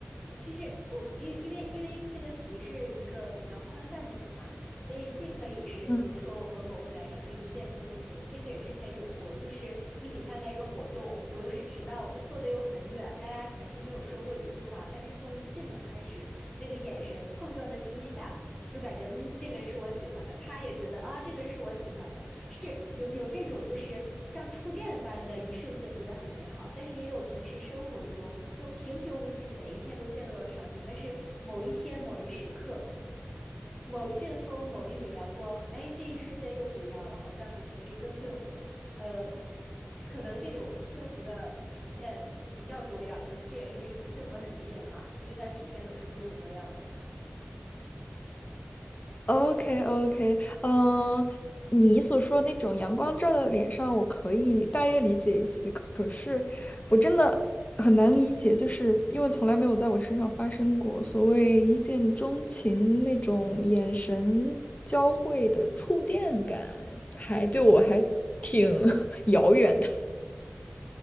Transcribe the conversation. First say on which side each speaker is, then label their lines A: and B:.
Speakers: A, on the left (about 20°); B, on the left (about 40°).
A: 其实我因因为因为这个题是一个比较宽泛的题嘛，所以既可以是比如说我和某个男生的一见钟情，
B: 嗯，
A: 这个也之前有过，就是一起参加一个活动，我又是迟到的，坐的又很远，大家全程没有说过一句话，但是从一进门开始，那个眼神碰撞的第一下，就感觉嗯，这个人是我喜欢的，他也觉得啊，这个人是我喜欢的，是有有这种，就是像触电般的一瞬间觉得很美好，但是也有平时生活中就平平无奇，每一天都见到的场景，但是某一天某一时刻，某一阵风，某一缕阳光，哎，这一瞬间又不一样了，好像比平时更幸福了。呃，可能这种幸福的体现比较多样，可能这也是为什么幸福很迷人嘛，因为它的体现总是多种多样的。
B: o k o k 嗯，你所说那种阳光照在脸上，我可以大约理解一些，可是我真的很难理解，就是因为从来没有在我身上发生过所谓一见钟情那种眼神交汇的触电感，还对我还挺 <laughs> 遥远的。